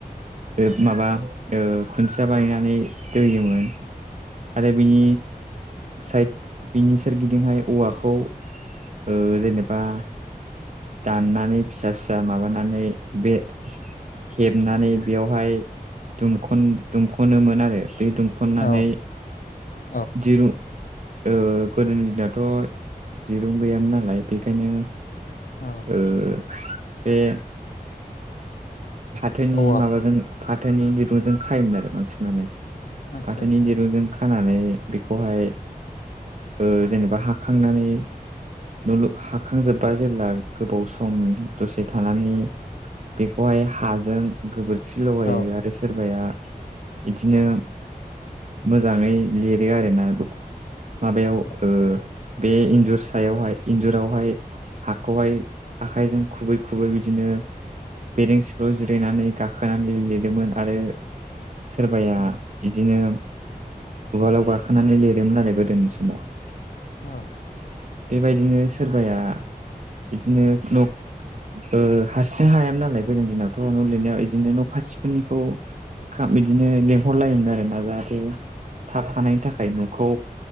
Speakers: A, on the right (about 50°); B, on the left (about 65°).
A: बे माबा ओ खुन्थिया बायनानै दैयोमोन। आरो बिनि
B: औ
A: सायथ बिनि सोरगिदिंहाय औवाखौ ओ जेनेबा दाननानै फिसा फिसा माबानानै बे हेबनानै बेयावहाय दुमख'न दुमख'नोमोन आरो बे दुमख'ननानै
B: औ औ
A: दिरुं ओ गोदोनि दिनथ' दिरुं गैयामोन नालाय बेखायनो
B: औ
A: ओ बे फाथोनि
B: औवा
A: माबाजों फाथोनि दिरुंजों खायोमोन आरो बांसिनानो।
B: आदसा
A: फाथोनि
B: आदसा
A: दिरुंजों खानानै बेखौहाय ओ जेनेबा हाखांनानै न' लु हाखांजोबबा जेब्ला गोबाव सम दसे थानानै बेखौहाय हाजों गोबोरखि लगायो।
B: औ
A: आरो सोरबाया इदिनो मोजाङै लिरो आरो ना माबायाव
B: औ
A: ओ बे इन्जुर सायावहाय इन्जुरावहाय हाखौहाय आखायजों खुबै खुबै बिदिनो बेरेंस ज' जिरायनानै गाखोनानै लिरदोंमोन आरो सोरबाया
B: औ
A: इदिनो उवालाव गाखोनानै लिरोमोन आरो गोदोनि समाव।
B: औ
A: बेबायदिनो सोरबाया इदिनो न' ओ हारसिं हायामोन नालाय गोदोनि दिनावथ' न' लिरनायाव इदिनो न' खाथिफोरनिखौ खा बिदिनो लेंहरलायोमोन आरोना जाहाथे थाब हानायनि थाखाय न'खौ